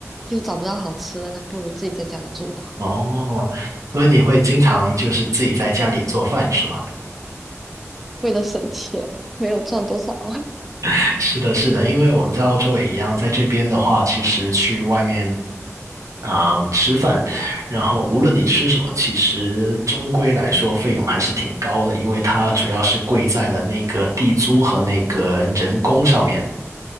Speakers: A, in the centre; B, on the right (about 85°).
A: 又找不到好吃的，那不如自己在家里做。
B: 哦，所以你会经常就是自己在家里做饭是吗？
A: 嗯，为了省钱，没有赚多少。<laughs>
B: <laughs> 是的，是的，因为我们在澳洲也一样，在这边的话，其实去外面啊、吃饭，然后无论你吃什么，其实终归来说费用还是挺高的，因为它主要是贵在了那个地租和那个人工上面。